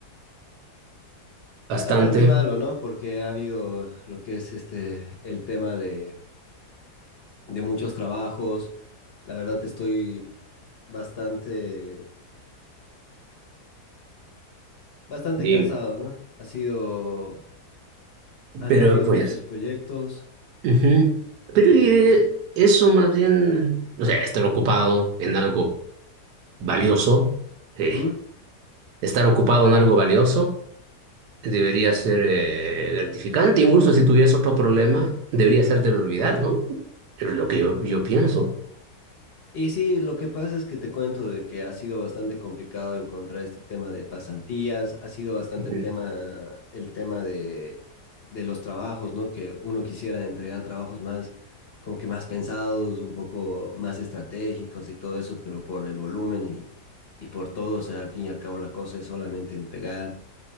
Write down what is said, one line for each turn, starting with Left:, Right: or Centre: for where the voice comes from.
Right: Bastante,
Left: Bastante malo, ¿no? Porque ha habido lo que es este, el tema de, de muchos trabajos. La verdad estoy bastante, bastante
Right: dime.
Left: cansado, ¿no? Ha sido, han
Right: Pero
Left: habido
Right: pues,
Left: muchos proyectos
Right: ujú.
Left: y...
Right: Pero eh, eso más bien, o sea, estar ocupado en algo valioso, eh,
Left: ¿Mm?
Right: estar ocupado en algo valioso debería ser eh, gratificante. Incluso si tuvieras otro problema, debería hacértelo olvidar, ¿no? Es lo que yo, yo pienso.
Left: Y sí, lo que pasa es que te cuento de que ha sido bastante complicado encontrar este tema de pasantías, ha sido bastante
Right: Ujú.
Left: tema, el tema de, de los trabajos, ¿no? Que uno quisiera entregar trabajos más, como que más pensados, un poco más estratégicos y todo eso, pero por el volumen y, y por todo, o sea, al fin y al cabo la cosa es solamente entregar.